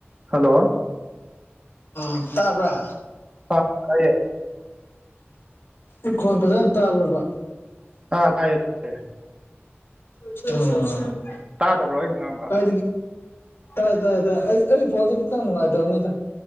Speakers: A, on the right (about 25°); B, on the left (about 60°).
A: Hello
B: ꯑ ꯇꯥꯕ꯭ꯔꯥ
A: ꯇ ꯇꯥꯏꯌꯦ
B: ꯏꯈꯣꯟ ꯐꯖꯅ ꯇꯥꯕ꯭ꯔꯣꯕ
A: ꯑꯥ ꯇꯥꯏꯌꯦ ꯇꯥꯏꯌꯦ
B: <unintelligible>
A: ꯇꯥꯗꯕ꯭ꯔꯣ ꯑꯩꯅ ꯉꯥꯡꯕ
B: <unintelligible> ꯇꯥꯏ ꯇꯥꯏ ꯇꯥꯏ ꯑꯩ ꯑꯩꯒꯤ ꯐꯣꯟꯁꯦ ꯈꯤꯇꯪ ꯅꯨꯡꯉꯥꯏꯇꯕꯅꯤꯗ